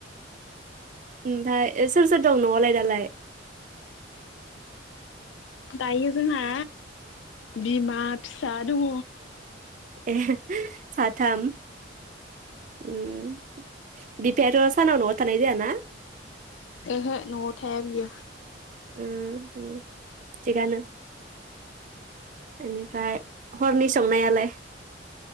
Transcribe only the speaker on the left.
दायो जोंहा बिमा फिसा दङ।
ओहो न'आव थाया बियो